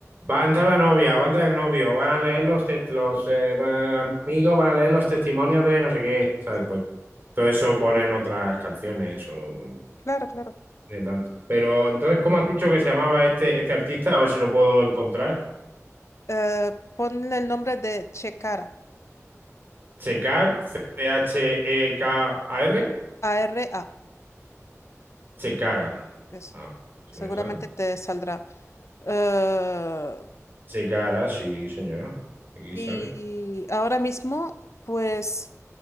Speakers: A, on the right; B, on the left.
A: va a entrar la novia, va a entrar el novio, van a leer los, te- los eh, va- amigos, van a leer los testimonios de no sé qué, ¿sabes?
B: Sí,
A: Pues todo eso ponen otras canciones o...
B: claro, claro.
A: Ni tanto. Pero entonces, ¿cómo has dicho que se llamaba este, este artista? A ver si lo puedo encontrar.
B: Eh, ponle el nombre de Chekara,
A: Checar, C-H-E-K-A-R,
B: A-R-A.
A: Checara.
B: Eso.
A: Ah, si
B: Seguramente
A: me sale.
B: te saldrá. Eh,
A: Checara, sí, señora. Aquí
B: y
A: sale.
B: ahora mismo, pues